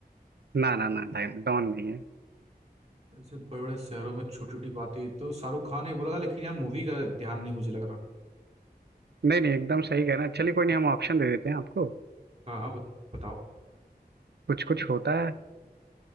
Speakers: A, on the right; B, on the right.
A: ना ना ना डॉन नहीं है
B: ऐसे बड़े बड़े शहरों में छोटी छोटी बातें तो शाहरुख खान ने बोला था लेकिन यार मूवी का ध्यान नहीं मुझे लग रहा
A: नहीं नहीं एकदम सही कह रहे हैं चलिए कोई नहीं हम ऑप्शन दे देते हैं आपको
B: हाँ हाँ बत- बताओ
A: कुछ कुछ होता है